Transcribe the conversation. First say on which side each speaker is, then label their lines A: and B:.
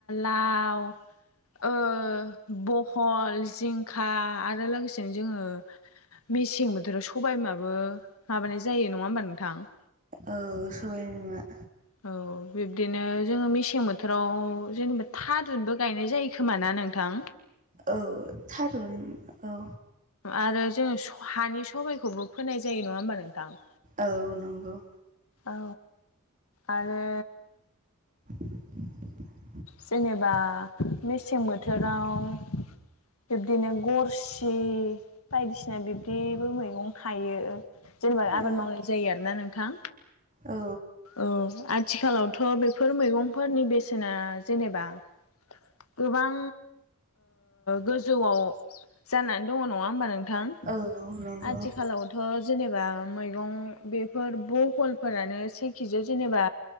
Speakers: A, on the left; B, on the right.
A: लाउ ओ बहल, जिंखा आरो लोगोसेनो जोङो- मेसें बोथोराव सबायमाबो माबानाय जायो नङा होमबा नोंथां
B: औ सबाइनिमा-
A: औ बिब्दिनो जोङो मेसें बोथोराव जेनेबा थारुनबो गायनाय जायो खोमा ना नोंथां?
B: औ थारुन औ
A: आरो जोङो हानि सबायाइखौबो फोनाय जायो नङा होमबा नोंथां?
B: औ नंगौ!
A: औ आरो
B: <inaudible>
A: जेनेबा मेसें बोथोराव- बिब्दिनो गरसि बायदिसिना बिब्दिबो मैगं थायो जेनेबा
B: औ
A: आबाद मावनाय जायो आरोना नोंथां
B: औ
A: औ आथिखालावथ' बेफोर मैगंफोरनि बेसेना जेनेबा- गोबां गोजौआव जानानै दङ नङा होमबा नोंथां? नोंथां
B: औ नंगौ
A: आथिखालावथ' जेनेबा मैं बेफोर बहलफोरानो सेखिजि आव जेनेबा